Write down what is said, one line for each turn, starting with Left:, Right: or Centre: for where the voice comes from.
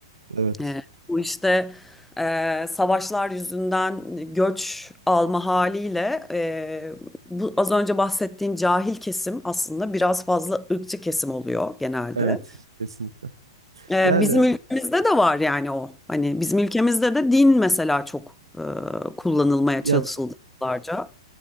Right: Evet.
Centre: E, bu işte e, savaşlar yüzünden göç alma haliyle e, bu az önce bahsettiğin cahil kesim aslında biraz fazla ırkçı kesim oluyor genelde.
Right: Evet. Kesinlikle.
Centre: E,
Right: Yani
Centre: bizim ülkemizde de var yani o. Hani bizim ülkemizde de din mesela çok e, kullanılmaya
Right: ya
Centre: çalışıldı yıllarca.